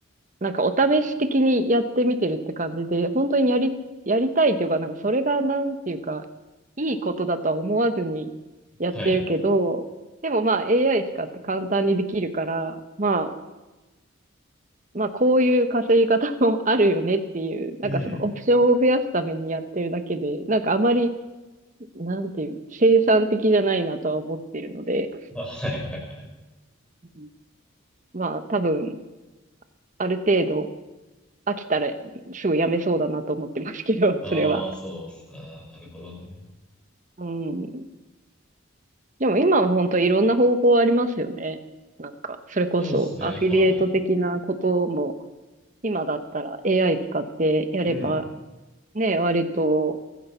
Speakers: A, on the right (about 35°); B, in the centre.
A: なんかお試し的にやってみてるって感じで、本当にやり、やりたいというか、なんかそれがなんていうか、いいことだとは思わずにやってるけど、
B: はい。
A: でもまあ AI 使って簡単にできるから、まあ、まあこういう稼ぎ方も <laughs> あるよねっていう、
B: うん。
A: なんかそのオプションを増やすためにやってるだけで、なんかあまり、なんていう、生産的じゃないなとは思ってるので、
B: <laughs> あ、はいはい。
A: うんまあ多分、ある程度飽きたらすぐやめそうだなと思ってますけど、
B: ああ、
A: それは。
B: そうっすか。なるほどね。
A: うん。でも今は本当いろんな方法ありますよね。なんか、それこそアフィリエイト的なことも、
B: そうっすね。はい。
A: 今だったら AI 使ってやれば、
B: うん。
A: ね、割と